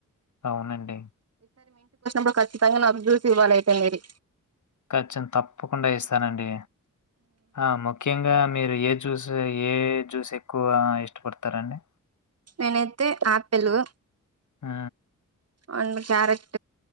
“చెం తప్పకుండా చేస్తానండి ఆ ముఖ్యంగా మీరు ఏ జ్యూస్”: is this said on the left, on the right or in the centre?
Left